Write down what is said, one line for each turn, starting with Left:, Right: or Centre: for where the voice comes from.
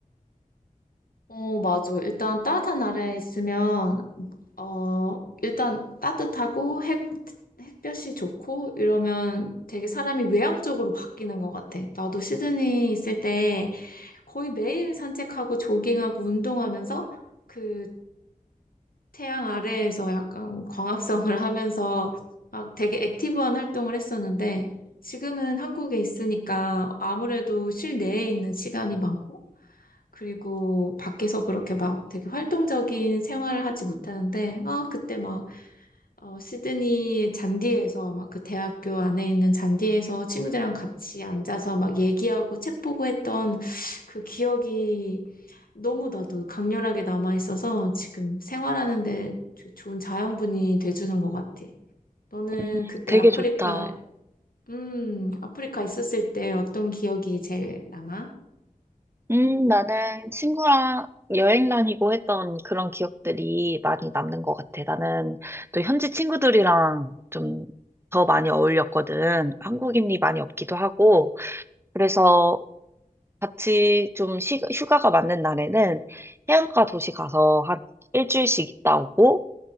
Left: 어, 맞아. 일단 따뜻한 나라에 있으면, 어, 일단 따뜻하고 햇, 햇볕이 좋고 이러면 되게 사람이 외향적으로 바뀌는 것 같아. 나도 시드니 있을 때 거의 매일 산책하고 조깅하고 운동하면서 그 태양 아래에서 약간 광합성을 <laughs> 하면서 막 되게 액티브한 활동을 했었는데 지금은 한국에 있으니까 아무래도 실내에 있는 시간이 많고 그리고 밖에서 그렇게 막 되게 활동적인 생활을 하지 못하는데 아 그때 막 어, 시드니 잔디에서 막 그 대학교 안에 있는 잔디에서 친구들이랑 같이 앉아서 막 얘기하고 책 보고 했던 그 기억이 너무 나도 강렬하게 남아있어서 지금 생활하는데 조- 좋은 자양분이 돼주는 것 같아. 너는
Right: 음,
Left: 그때
Right: 되게
Left: 아프리카,
Right: 좋다.
Left: 음, 아프리카 있었을 때 어떤 기억이 제일 남아?
Right: 음, 나는 친구랑 여행 다니고 했던 그런 기억들이 많이 남는 것 같아. 나는 또 현지 친구들이랑 좀 더 많이 어울렸거든. 한국인이 많이 없기도 하고. 그래서 같이 좀 쉬- 휴가가 맞는 날에는 해안가 도시 가서 한 일주일씩 있다 오고,